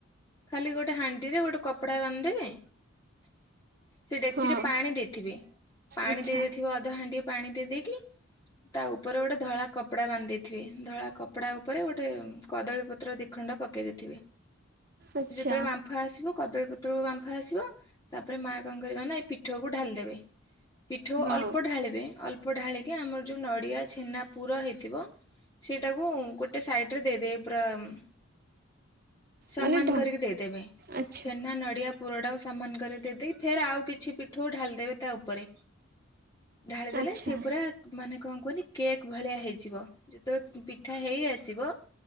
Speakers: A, on the left (about 20°); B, on the right (about 45°).
A: ଖାଲି ଗୋଟେ ହାଣ୍ଡିରେ ଗୋଟେ କପଡା ବାନ୍ଧଦେବେ ସେ ଡେକ୍ଚି
B: ହଁ
A: ରେ ପାଣି ଦେଇଥିବେ, ପାଣି
B: ଆଚ୍ଛା
A: ଦେଇ ଦେଇଥିବ ଅଧା ହାଣ୍ଡିଏ ପାଣି ଦେଇ ଦେଇକି ତା ଉପରେ ଗୋଟେ ଧଳା କପଡ଼ା ବାନ୍ଧିଦେଇଥିବେ ଧଳା କପଡ଼ା ଉପରେ ଗୋଟେ ଉଁ କଦଳୀପତ୍ର ଦିଖଣ୍ଡ ପକେଇ ଦେଇଥିବେ।
B: ଆଚ୍ଛା
A: ସେ ଯେତେବେଳେ ବାମ୍ଫ ଆସିବ କଦଳୀପତ ତ୍ରୁ ବାମ୍ଫ ଆସିବ, ତାପରେ ମା କଣ କରବ ନା ଏ ପିଠୋଉ କୁ ଢାଳି ଦେବେ, ପିଠୋଉ
B: ହଁ
A: ଅଳ୍ପ ଢାଳିବେ ଅଳ୍ପ ଢାଳି ଏ ଆମର ଯୋଉ ନଡିଆ ଛେନା ପୁର ହେଇଥିବ ସେଇଟାକୁ ଉଁ, ଗୋଟେ ସାଇଡ ରେ ଦେଇଦେବେ ପୁରା ଉଁ ସମାନ
B: ମାନେ ଢ
A: କରିକି ଦେଇଦେବେ
B: ଆଚ୍ଛା
A: ଛେନା ନଡ଼ିଆ ପୁରଟାକୁ ସ ସମାନ କରି ଦେଇଦେଇକି ଫେର ଆଉ କିଛି ପିଠୋଉ ଢାଳିଦେବେ ତା ଉପରେ। ଢାଳି ଦେଲେ
B: ଆଚ୍ଛା
A: ସିଏ ପୁରା ନାଇଁ କଣ କୁହନି କେକ୍ ଭଳିଆ ହେଇଯିବ, ଯେତେବେଳେ ପି- ପିଠା ହେଇ ଆସିବ